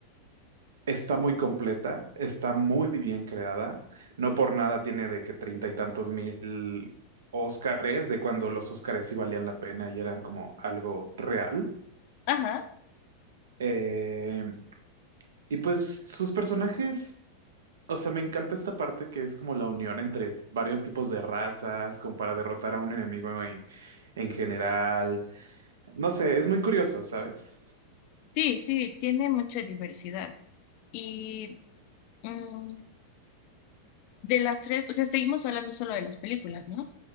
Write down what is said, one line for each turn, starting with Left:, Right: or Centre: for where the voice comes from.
Right: Está muy completa, está muy bien creada. No por nada tiene de que treinta y tantos mil Óscares, de cuando los Óscares sí valían la pena y eran como algo real.
Left: Ajá.
Right: Eh, y pues sus personajes, o sea, me encanta esta parte que es como la unión entre varios tipos de razas, como para derrotar a un enemigo en, en general. No sé, es muy curioso, ¿sabes?
Left: Sí, sí, tiene mucha diversidad. Y mm, de las tres, o sea, seguimos hablando solo de las películas, ¿no?